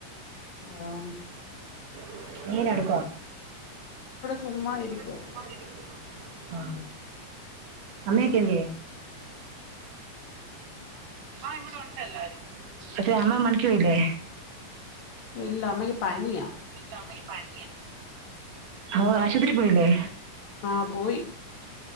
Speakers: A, on the left; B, on the right.
A: ആ
B: <unintelligible> ഞാനിവിടെ
A: ചുമ്മാ ഇരിക്കുവാ
B: ചുമ്മാ തിരിക്കുവാ അമ്മേക്കെന്തെ ആഹ് ഇവിടെ ഉണ്ട എല്ലാരും അമ്മ <unintelligible> പോയില്ലേ
A: ഇല്ല അമ്മക്ക് പനീയ
B: ഇല്ല അമ്മക്ക് പനിയാ ഓ ആശുത്രി പോല്ലേ?
A: ആഹ പോയി